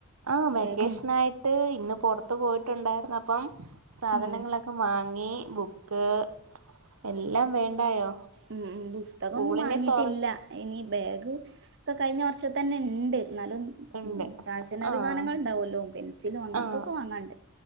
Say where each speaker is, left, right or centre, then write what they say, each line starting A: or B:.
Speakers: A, on the right; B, on the right.
A: ആ വെക്കേഷൻ
B: ബാഗും
A: ആയിട്ട് ഇന്ന് പുറത്തു പോയിട്ടുണ്ടായിരുന്നു അപ്പം സാധനങ്ങളൊക്കെ
B: ഉം
A: വാങ്ങി ബുക്ക് എല്ലാം വേണ്ടായോ
B: ഉം പുസ്തകംന്നും
A: സ്കൂളിനെ
B: വാങ്ങിയിട്ടില്ല
A: തുറക്കി
B: ഇനി ബാഗ് കഴിഞ്ഞ വർഷത്തെതന്നെ ഇ ണ്ട് എന്നാലും
A: ഉണ്ട്
B: സ്റ്റാഷനറി
A: ആഹ്
B: സാധനങ്ങൾ ഉണ്ടാവുല്ലോ പെൻസിലും അങ്ങനത്തൊക്കെ
A: ആഹ്
B: വാങ്ങാണ്ട്